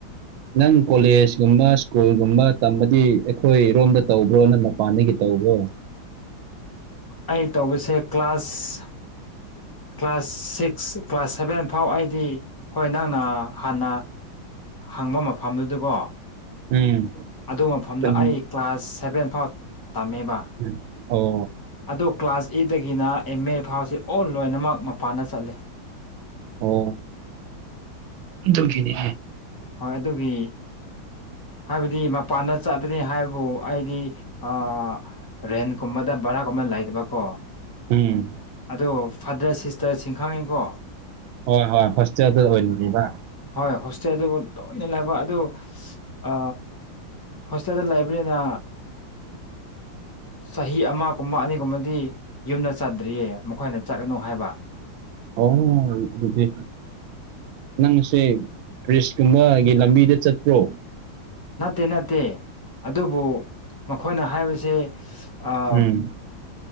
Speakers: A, on the right; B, on the left.
A: ꯅꯪ ꯀꯣꯂꯦꯖꯀꯨꯝꯕ ꯁ꯭ꯀꯨꯜꯒꯨꯝꯕ ꯇꯝꯕꯗꯤ ꯑꯩꯈꯣꯏꯔꯣꯝꯗ ꯇꯧꯕ꯭ꯔꯣ ꯅꯪ ꯃꯄꯥꯟꯗꯒꯤ ꯇꯧꯕ꯭ꯔꯣ
B: ꯑꯩ ꯇꯧꯕꯁꯦ class class six class seven ꯐꯥꯎ ꯑꯩꯗꯤ ꯍꯣꯏ ꯅꯪꯅ ꯍꯥꯟꯅ ꯍꯪꯕ ꯃꯐꯝꯗꯨꯗꯀꯣ
A: ꯎꯝ
B: ꯑꯗꯨ ꯃꯐꯝꯗ
A: ꯈꯨꯟ
B: ꯑꯩ ꯀ꯭ꯂꯥꯁ ꯁꯦꯚꯦꯟ ꯐꯥꯎ ꯇꯝꯃꯦꯕ
A: ꯎꯝ ꯑꯣ
B: ꯑꯗꯣ ꯀ꯭ꯂꯥꯁ ꯑꯦꯠꯇꯒꯤꯅ ꯑꯦꯝ ꯑꯦ ꯐꯥꯎꯁꯦ ꯑꯣꯜ ꯂꯣꯏꯅꯃꯛ ꯃꯄꯥꯟꯗ ꯆꯠꯂꯦ
A: ꯑꯣ ꯑꯗꯨꯒꯤꯅꯤ
B: ꯍꯣꯏ ꯑꯗꯨꯒꯤ ꯍꯥꯏꯕꯗꯤ ꯃꯄꯥꯟꯗ ꯆꯠꯀꯅꯤ ꯍꯥꯏꯕꯕꯨ ꯑꯩꯗꯤ ꯑ ꯔꯦꯟ ꯀꯨꯝꯕꯗ ꯕꯔꯥꯒꯨꯝꯕ ꯂꯩꯇꯕꯀꯣ
A: ꯎꯝ
B: ꯑꯗꯣ ꯐꯥꯗꯔ ꯁꯤꯁꯇꯔꯁꯤꯡ ꯈꯥꯪꯉꯦꯀꯣ꯫
A: ꯍꯣꯏ ꯍꯣꯏ ꯍꯣꯁꯇꯦꯜꯗ ꯑꯣꯏꯅ ꯂꯩꯕ꯫
B: ꯍꯣꯏ ꯍꯣꯁꯇꯦꯜ ꯗꯕꯨ ꯇꯣꯏꯅ ꯂꯩꯕ ꯑꯗꯨ ꯑ ꯍꯣꯁꯇꯦꯜꯗ ꯂꯩꯕ꯭ꯅꯤꯅ ꯆꯍꯤ ꯑꯃꯒꯨꯝꯕ ꯑꯅꯤꯒꯨꯝꯕꯗꯤ ꯌꯨꯝꯗ ꯆꯠꯇ꯭ꯔꯤꯌꯦ ꯃꯈꯣꯏꯅ ꯆꯠꯀꯅꯨ ꯍꯥꯏꯕ
A: ꯑꯣ ꯑꯗꯨꯗꯤ꯫ ꯅꯪꯁꯦ ꯐ꯭ꯔꯤꯁꯀꯨꯝꯕꯒꯤ ꯂꯝꯕꯤꯗ ꯆꯠꯇ꯭ꯔꯣ
B: ꯅꯠꯇꯦ ꯅꯠꯇꯦ ꯑꯗꯨꯕꯨ ꯃꯈꯣꯏꯅ ꯍꯥꯏꯕꯁꯦ ꯑꯥ
A: ꯎꯝ